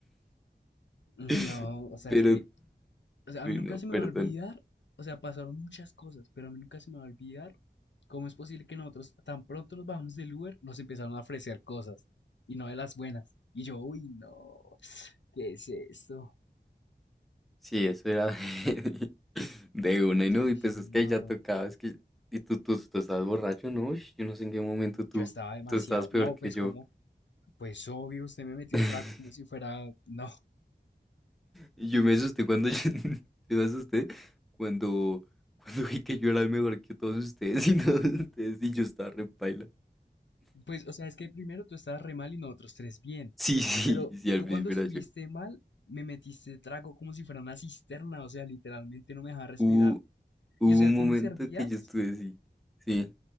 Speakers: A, on the left; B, in the centre.
A: No,
B: <laughs>
A: o sea,
B: Pero,
A: es que, o sea, a
B: uy,
A: mí nunca
B: no,
A: se
B: perdón.
A: me va a olvidar, o sea, pasaron muchas cosas, pero a mí nunca se me va a olvidar cómo es posible que nosotros tan pronto nos bajamos del Uber, nos empezaron a ofrecer cosas y no de las buenas. Y yo, uy, no, ¿qué es esto?
B: Sí, eso era de, <laughs> de una
A: Yo
B: y no,
A: dije,
B: y pues es
A: no,
B: que ya tocaba, es que, y tú, tú, tú estás borracho, ¿no? Ush, yo no sé en qué momento tú,
A: yo estaba demasiado.
B: tú estás peor
A: No,
B: que
A: pues
B: yo.
A: como, pues obvio, usted me metió
B: <laughs>
A: trago como si fuera. No,
B: Y yo me asusté cuando, yo, <laughs> yo me asusté cuando, cuando vi que yo era el mejor que todos ustedes <laughs> y todos ustedes y yo estaba re paila.
A: pues, o sea, es que primero tú estabas re mal y nosotros tres bien.
B: Sí, sí,
A: Pero
B: sí, al
A: tú
B: principio
A: cuando estuviste
B: era yo.
A: mal, me metiste trago como si fuera una cisterna, o sea, literalmente no me dejaba respirar.
B: Hubo, hubo
A: Y o sea,
B: un momento
A: tú me servías,
B: que yo estuve así, sí.